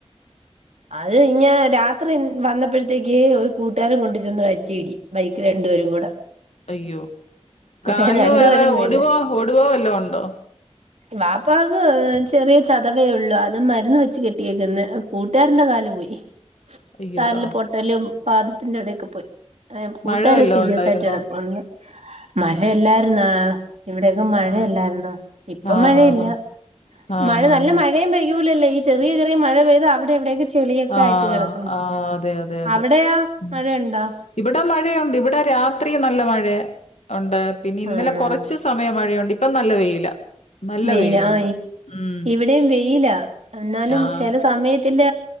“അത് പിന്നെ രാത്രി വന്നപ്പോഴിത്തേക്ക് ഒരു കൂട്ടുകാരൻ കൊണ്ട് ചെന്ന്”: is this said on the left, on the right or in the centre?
Right